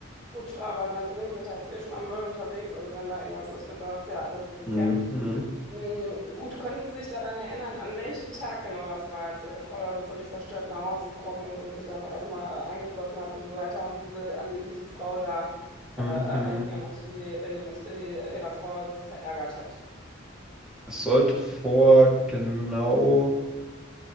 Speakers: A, on the right; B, in the centre.
A: Gut, aber meine Kollegen sind da jetzt eh schon am Müll unterwegs, also wenn da irgendwas ist, wird das ja alles durchkämmt.
B: Mhm. Mhm.
A: Mm, gut, können Sie sich daran erinnern, an welchem Tag genau das war, als Ihre Frau da so völlig verstört nach Hause gekommen ist und sich dann noch erstmal äh, eingeschlossen hat und so weiter und diese angebliche Frau da äh,
B: Mhm.
A: äh, in ihrem Atelier, in dem Atelier ihrer Frau sie verärgert hat?
B: Es sollte vor genau